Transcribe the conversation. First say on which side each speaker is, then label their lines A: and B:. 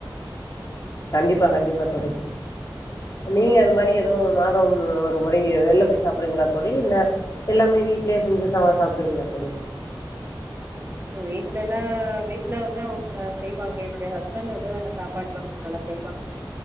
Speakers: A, on the left (about 40°); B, on the right (about 25°).
A: கண்டிப்பா கண்டிப்பா தோழி நீங்க அது மாதிரி எதுவு மாதம் ஒரு முறை வெளில போய் சாப்பிடுறீங்களா தோழி இல்ல எல்லாமே வீட்லயே செஞ்சு சாப்பிடுவீங்களா தோழி
B: உம் வீட்ல எல்லா வீட்டுல வந்து அவங்க செய்வாங்க என்னுடைய ஹஸ்பண்ட் வந்து அந்த சாப்பாடு எல்லா கொஞ்சோ நல்லா செய்வாங்க